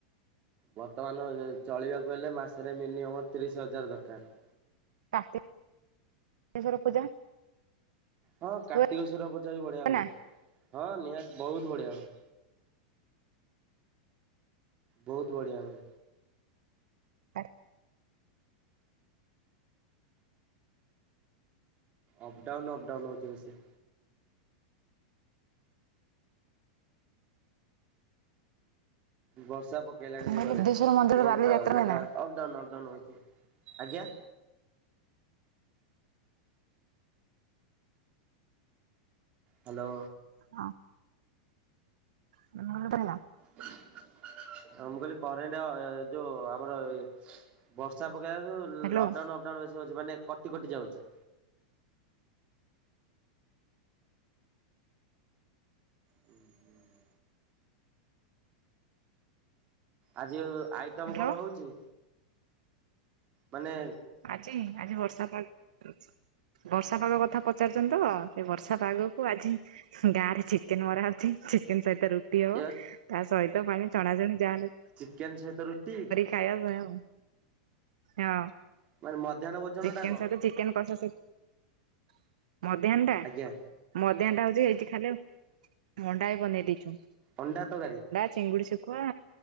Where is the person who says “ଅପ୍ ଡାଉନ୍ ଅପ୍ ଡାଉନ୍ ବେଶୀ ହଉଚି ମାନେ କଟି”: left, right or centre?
Right